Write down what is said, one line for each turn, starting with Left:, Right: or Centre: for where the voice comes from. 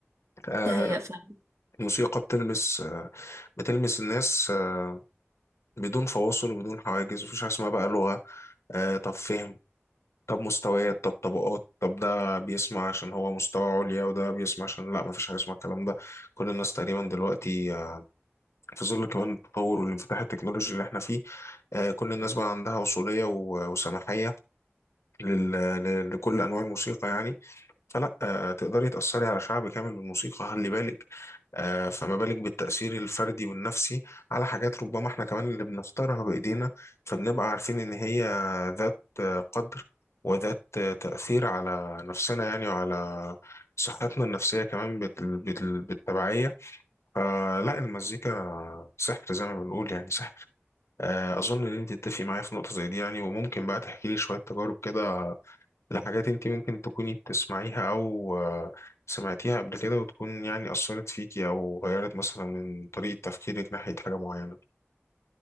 Left: آه،
Right: دي حقيقة فعلا
Left: الموسيقى بتلمس آه، بتلمس الناس آه، بدون فواصل وبدون حواجز مفيش حاجة اسمها بقى لغة آه، طب فهم طب مستويات طب طبقات طب ده بيسمع عشان هو مستوى عليا وده بيسمع عشان لا مفيش حاجة اسمها الكلام ده كل الناس تقريبا دلوقتي آه، في ظل كمان التطور والانفتاح التكنولوجي اللي احنا فيه آه، كل الناس بقى عندها وصولية و- وسماحية لل- ل- لكل أنواع الموسيقى يعني فلا آه، تقدري تأثري على شعب كامل بالموسيقى خلي بالك آه، فما بالك بالتأثير الفردي والنفسي على حاجات ربما احنا كمان اللي بنختارها بإيدينا فبنبقى عارفين إن هي ذات آه، قدر وذات آه، تأثير على نفسنا يعني وعلى صحتنا النفسية كمان بال- بال- بالتبعية فلا المزيكا سحر زي ما بنقول يعني سحر آه، أظن إن أنت تتفقي معايا في نقطة زي دي يعني وممكن بقى تحكي لي شوية تجارب كده لحاجات انت ممكن تكوني بتسمعيها او آه، سمعتيها قبل كده وتكون يعني اثرت فيكي او غيرت مثلا من طريقة تفكيرك ناحية حاجة معينة